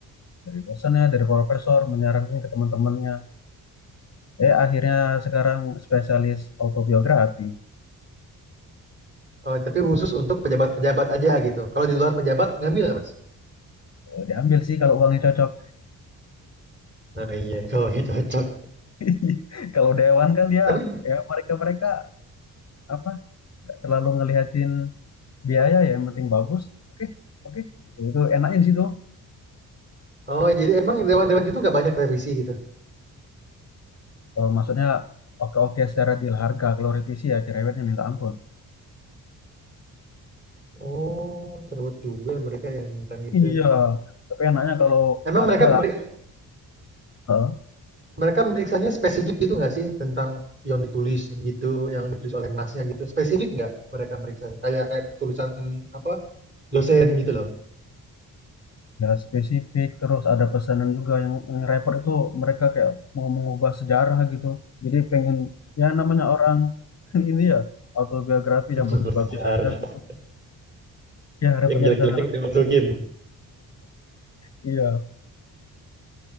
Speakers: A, on the left (about 35°); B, on the right (about 25°).
A: dari dosennya, dari profesor menyarankan ke teman-temannya. Eh akhirnya sekarang spesialis autobiografi.
B: Oh, tapi khusus untuk pejabat-pejabat aja gitu. Kalau di luar pejabat ngambil nggak, Mas?
A: Eh, Diambil sih kalau uangnya cocok.
B: Nah iya kalau gitu cocok.
A: <laughs> Kalau dewan kan dia
B: Tapi
A: ya mereka mereka apa nggak terlalu ngelihatin biaya ya yang penting bagus oke oke gitu. itu enaknya di situ
B: oh, jadi emang dewan-dewan itu nggak banyak revisi gitu.
A: Eh, maksudnya oke oke secara deal harga kalau revisi ya cerewetnya minta ampun
B: Oh, cerewet juga mereka ya tentang gitu.
A: iya tapi enaknya kalau
B: Emang
A: harga
B: mereka mereka
A: eh,
B: Mereka meriksanya spesifik gitu nggak sih? Tentang yang ditulis gitu, yang ditulis oleh Masnya gitu. Spesifik nggak mereka meriksanya? Kayak kayak tulisan apa dosen gitu loh.
A: ya spesifik terus ada pesanan juga yang, yang repot itu mereka kayak mau mengubah sejarah gitu jadi pengen ya namanya orang <laughs> ini ya autobiografi
B: <laughs>
A: yang bagus-bagus
B: Bersejarah.
A: aja gitu ya repotnya
B: Yang jelek-jeleknya
A: di sana lah
B: nggak
A: <laughs>
B: dimasukin.
A: iya